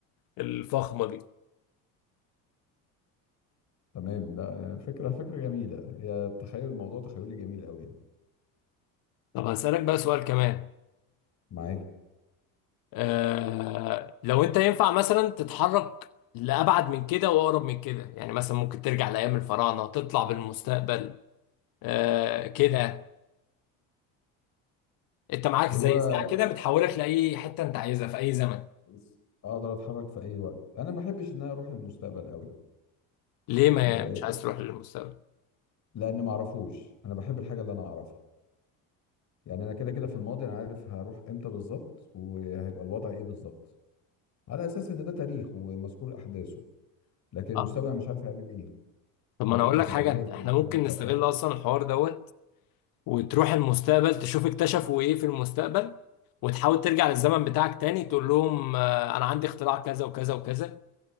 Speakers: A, on the left; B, on the left.
A: الفخمه دي
B: تمام لا يعني فكره فكره جميله هي تخيل الموضوع تخيلي جميل قوي يعني
A: طب هسألك بقى سؤال كمان
B: معاك
A: آه لو انت ينفع مثلا تتحرك لأبعد من كده وأقرب من كده يعني مثلا ممكن ترجع لأيام الفراعنة تطلع بالمستقبل آه كده انت معاك زي
B: هو
A: ساعه كده بتحولك لاي حته انت عايزها في اي زمن
B: بس اقدر اتحرك في اي وقت انا ما بحبش ان انا اروح للمستقبل قوي
A: ليه ما
B: آه،
A: مش عايز تروح للمستقبل
B: لان ما اعرفوش انا بحب الحاجه اللي انا اعرفها يعني انا كده كده في الماضي انا عارف هروح امتى بالظبط وهيبقى الوضع ايه بالظبط على اساس ان ده تاريخ ومذكور احداثه لكن المستقبل
A: اه
B: أنا مش عارف هيعمل ايه
A: طب ما
B: هل
A: انا
B: انت
A: اقول
B: هتبقى
A: لك حاجه
B: جاهز للمستقبل
A: احنا ممكن
B: اللي انت
A: نستغل
B: هتروح له
A: اصلا الحوار دوت وتروح المستقبل تشوف اكتشفوا ايه في المستقبل وتحاول ترجع للزمن بتاعك تاني تقول لهم آه، انا عندي اختراع كذا وكذا وكذا